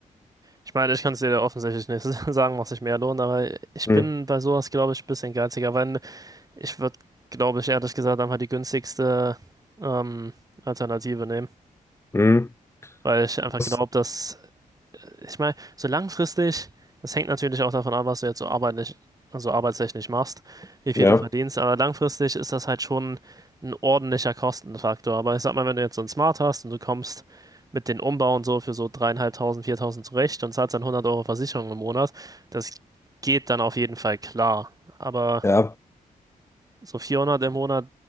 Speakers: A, on the right (about 25°); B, on the left (about 20°).
A: ich meine, ich kann es dir ja offensichtlich nicht <laughs> sagen, was sich mehr lohnt, aber ich
B: Hm,
A: bin bei sowas, glaube ich, ein bisschen geiziger, weil ich würde, glaube ich, ehrlich gesagt einfach die günstigste ähm, Alternative nehmen,
B: hm,
A: weil ich einfach
B: Was?
A: glaube, dass ich meine, so langfristig, das hängt natürlich auch davon ab, was du jetzt so arbeitlich, also arbeitstechnisch machst, wie viel
B: ja.
A: du verdienst, aber langfristig ist das halt schon ein ordentlicher Kostenfaktor. Aber ich sag mal, wenn du jetzt so ein Smart hast und du kommst mit den Umbau und so für so 3.500, 4.000 zurecht und zahlst dann hundert Euro Versicherung im Monat, das geht dann auf jeden Fall klar. Aber
B: Ja.
A: so 400 im Monat,